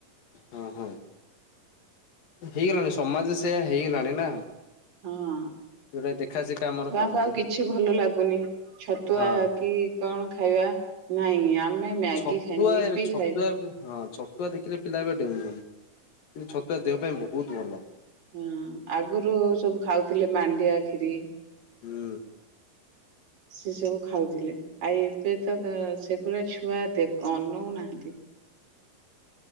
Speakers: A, on the left; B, on the right.
A: ହଁ ହଁ ହେଇଗଲାଣି ସମାଜ ସେ ହେଇଗଲାଣି ନା।
B: ହଁ
A: ଯୋଉଟା ଦେଖା ଶିଖା ଆମର
B: ଛୁଆଙ୍କୁ
A: କହନ୍ତି
B: ଆଉ କିଛି ଭଲ ଲାଗୁନି ଛତୁଆ
A: ହଁ।
B: କି କଣ? ଖାଇବା। ନାଇଁ ଆମେ ମ୍ୟାଗି
A: ଛତୁଆ
B: ଖାଇବୁ ଇପି
A: ଛତୁଆ
B: ଖାଇବୁ।
A: ହଁ ଛତୁଆ ଦେଖିଲେ ପିଲା ଏବେ ଡେଉଁଛନ୍ତି କିନ୍ତୁ ଛତୁଆ ଦେହ ପାଇଁ ବହୁତ ଭଲ।
B: ହଁ ଆଗରୁ ସବୁ ଖାଉଥିଲେ ମାଣ୍ଡିଆ ଖିରୀ।
A: ହୁଁ।
B: ସେ ସବୁ ଖାଉଥିଲେ ଆଉ ଏବେ ତ ସେଗୁଡା ଛୁଆ ଦେ ଅନଉ ନାହାନ୍ତି।